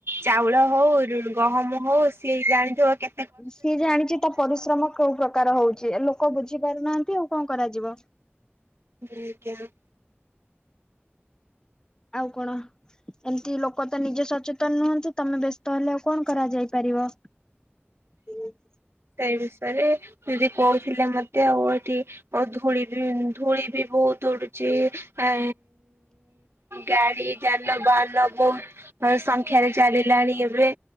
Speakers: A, on the right; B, on the left.
A: ଚାଉଳ ହଉ ଗହମ ହଉ ସିଏ ଜାଣିଥିବ କେ
B: ସିଏ ଜାଣିଚି ତା ପରିଶ୍ରମ କୋଉ ପ୍ରକାର ହଉଚି ଆ ଲୋକ ବୁଝି ପାରୁନାହାନ୍ତି ଆଉ କଣ କରାଯିବ।
A: ଜିଜ୍ଞା।
B: ଆଉ କଣ? ଏମତି ଲୋକ ତ ନିଜେ ସଚେତନ ନୁହନ୍ତି ତମେ ବ୍ୟସ୍ତ ହେଲେ ଆଉ କଣ କରାଯାଇ ପାରିବ। ହୁଁ।
A: ସେଇ ବିଷୟରେ ଦିଦି କହୁଥିଲେ ମତେ ଆଉ ଏଠି ଆଉ ଧୂଳି ବି ଧୂଳି ବି ବହୁତ୍ ଉଡ଼ୁଚି ଆ ଗାଡ଼ି ଯାନବାହାନ ବହୁତ୍ ସଂଖ୍ୟାରେ ଚାଲିଲାଣି ଏବେ